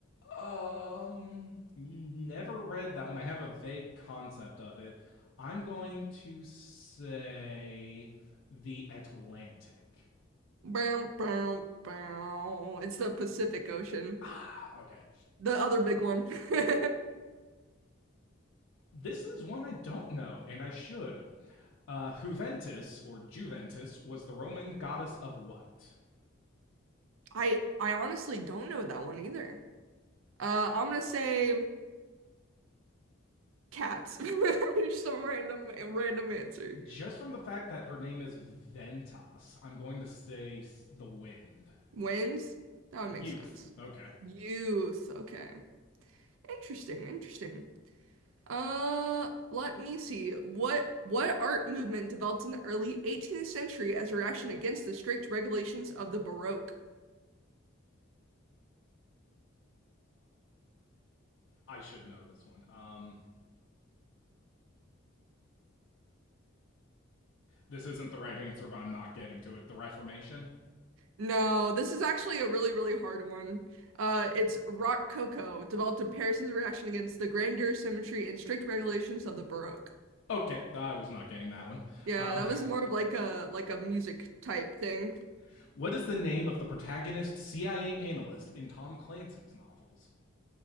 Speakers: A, on the left; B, on the right.
A: Um, never read that one. I have a vague concept of it. I'm going to say The Atlantic.
B: Bow, bow, bow. It's the Pacific Ocean.
A: Ah, okay.
B: The other big one. <laughs>
A: This is one I don't know, and I should. Uh, Juventus, or Juventus, was the Roman goddess of what?
B: I I honestly don't know that one either. Uh, I'm gonna say cats. <laughs> Just a random random answer.
A: Just from the fact that her name is Ventas, I'm going to say the wind.
B: Wins? That would
A: Youth.
B: make sense.
A: Okay.
B: Youth. Okay. Interesting, interesting. Uh, let me see. What what art movement developed in the early 18th century as a reaction against the strict regulations of the Baroque?
A: I should know this one. Um, this isn't the right answer, but I'm not getting to it. The Reformation?
B: No, this is actually a really, really hard one. Uh, it's Rococo, developed in Paris as a reaction against the grandeur, symmetry, and strict regulations of the Baroque.
A: Okay, I was not getting that one.
B: Yeah,
A: Um,
B: that was more of like a like a music type thing.
A: <laughs> what is the name of the protagonist CIA analyst in Tom Clancy's novels?